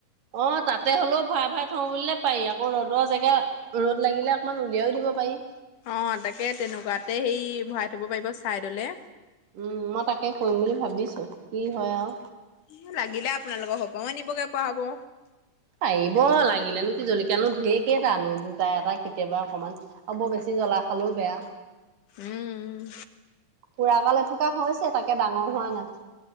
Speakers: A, on the right (about 85°); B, on the left (about 75°).
A: অঁ তাতে হ'লেও ভৰাাই ভাই থওঁ বুলিলে পাৰি আকৌ ৰ'দৰ জেগা- ৰ'দ লাগিলে অকণমান উলিয়াইও দিব পাৰি।
B: অঁ তাকে তেনেকুৱাতে সে ভৰাই থ'ব পাৰিব ছাইডলে।
A: উমঁ মই তাকে কৰিম বুলি ভাবিছোঁ কি হয়ঁ আও।
B: ই লাগিলে আপোনালোকৰ ঘৰপৰাও আনিবগে পৰা হ'ব।
A: পাৰিব লাগিলেনো কি জলকীয়া ঢেৰকেইটানো দুটা এটা কেতিয়াবা অকমান- হ'ব বেছি জ্বলা খালেও বেয়া।
B: উম,
A: পোৰা কাল এথোকা হৈছে তাকে ডাঙৰ হোৱা নাই।